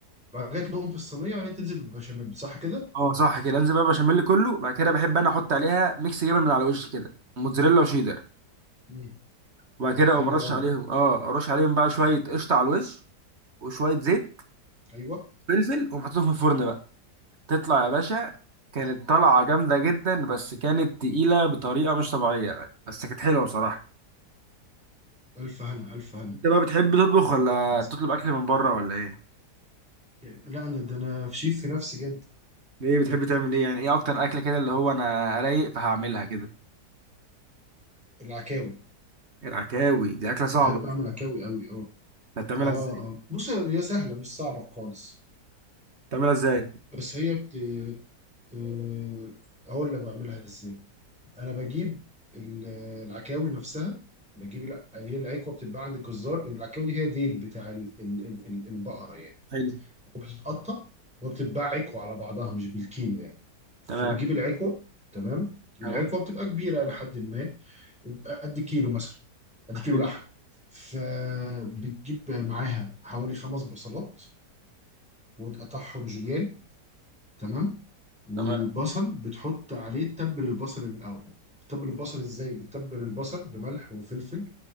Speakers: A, in the centre; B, on the right.
A: بقيت لهم في الصينيه وهي تنزل بالبشاميل صح كده؟
B: اه صح كده انزل بقى بشاميل كله بعد كده بحب انا احط عليها ميكس جبن من على الوش كده موتزاريلا وشيدر
A: مم.
B: وبعد كده اقوم
A: حلو
B: رش
A: قوي
B: الله عليهم اه ارش عليهم بقى شويه قشطه على الوش وشويه زيت
A: ايوه
B: فلفل واقوم حاططهم في الفرن بقى تطلع يا باشا كانت طلعه جامده جدا بس كانت تقيله بطريقه مش طبيعيه بس كانت حلوه بصراحه
A: الف هنا الف هنا
B: انت بقى بتحب تطبخ ولا
A: بس
B: تطلب اكل من بره ولا ايه
A: لا انا ده انا في شيف في نفسي جد
B: ايه بتحب تعمل ايه يعني ايه اكتر اكله كده اللي هو انا رايق فهعملها كده
A: العكاوي
B: العكاوي دي اكله صعبه
A: بحب اعمل عكاوي قوي اه
B: ده بتعملها
A: اه
B: ازاي
A: اه بص هي سهله مش صعبه خالص
B: بتعملها ازاي
A: بس هي بت آه، اقول لك بعملها ازاي انا بجيب ال- العكاوي نفسها بجيب الع- هي العكوه بتتباع عند الجزار العكاوي دي هي ديل بتاع ال- ال- ال- البقره يعني
B: حلو
A: وبتتقطع وبتتباع عكوه على بعضها مش بالكيلو يعني فبجيب
B: تمام
A: العكوه تمام العكوه
B: تمام
A: بتبقى كبيره الى حد ما بيبقى قد كيلو مثلا قد كيلو
B: حلو
A: لحم فبتجيب معاها حوالي خمس بصلات وتقطعهم جوليان تمام والبصل
B: تمام
A: بتحط عليه تبل البصل الاول بتتبل البصل ازاي بتتبل البصل بملح وفلفل